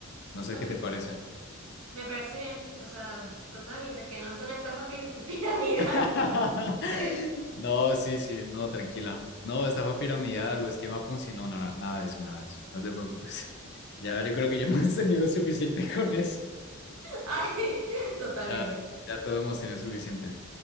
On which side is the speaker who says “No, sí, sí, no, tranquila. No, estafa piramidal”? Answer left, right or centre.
Left